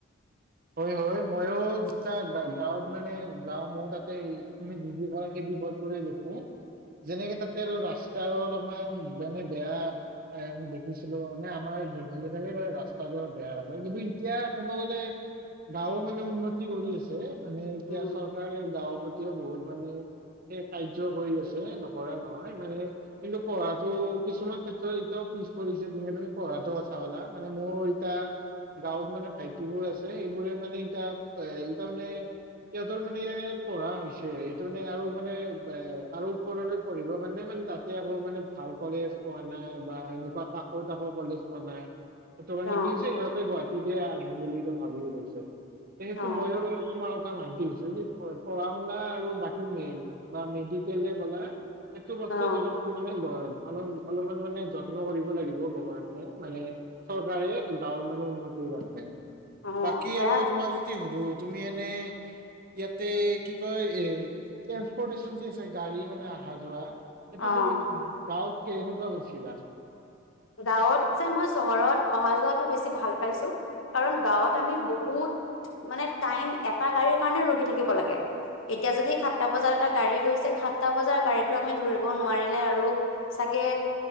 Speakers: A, on the right; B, on the left.
A: হয়, হয়। মইও যেতিয়া গাঁৱত মানে যাওঁ, মও তাতে তুমি যিবোৰ <unintelligible> সেই বিপদ বোৰে দেখোঁ। যেনেকে তাতে আৰু ৰাস্তাৰো অলপমান মানে বেয়া এ দেখিছিলোঁ, মানে আমাৰ জোনফালে থাকে ৰাস্তাটো অলপ বেয়া থাকে, কিন্তু এতিয়া কব গ'লে গাঁৱৰ মানে উন্নতি কৰি আছে, মানে এতিয়া
B: উম,
A: চৰকাৰে গাঁৱৰ প্ৰতিও বহুত মানে কাৰ্য কৰি আছে নকৰা নহয়, মানে কিন্তু পঢ়াটো কিছুমান ক্ষেত্ৰত এতিয়াও পিছ পৰিছে যেনেকে তুমি পঢ়াটো কথা কলা, মানে মোৰ এতিয়া গাঁৱত মানে ভাইটিবোৰ আছ ছে, এইবোৰে মানে এতিয়া এইকাৰণে সিহঁতৰ মানে এ পঢ়া হৈছে, এইটো মানে আৰু মানে আৰু ওপৰলৈ পঢ়িবৰ কাৰণে মানে তাতে আকৌ মানে ভাল কলেজ পোৱা নাই, বা এনেকুৱা কাষত আকৌ কলেজ পোৱা নাই, সেইটো কাৰণে
B: অ
A: কি হৈছে সিহঁতে গুৱাহাটীতে আহিম বুলি ভাবিব লৈছে। সেইটো‌
B: অ
A: মই ও তোমাৰ কথাত মান্তি হৈছোঁ। যদি পঢ়া শুনা আৰু বাকী মেইন বা মেডিকেলে ক'লা সেইটো বস্তুত
B: অ
A: অলপ <unintelligible> অল, অলপমান মানে যত্ন কৰিব লাগিব গভৰমেনে মানে চৰকাৰে গাঁৱৰ মানে উন্নতিৰ কাৰণে
B: অ
A: বাকী
B: সেয়া
A: আৰু তোমাৰ যদি সুধো তুমি এনে ইয়াতে কি কয় এ, ট্ৰেন্সপৰ্টেচন যি আছে গাড়ী মানে আহা যোৱা সেটো
B: অ
A: তুমি গাঁওত কেনেকুৱা কৈছিলা
B: গাঁৱত যে, মই চহৰত অহা যোৱাটো বেছি ভাল পাইছো কাৰণ গাঁৱত আমি বহুত মানে টাইম এটা গাড়ীৰ কাৰণে ৰখি থাকিব লাগে। এতিয়া যদি সাতটা বজাত এটা গাড়ী গৈছে সাতটা বজাৰ গাড়ীটো আমি ধৰিব নোৱাৰিলে আৰু চাগে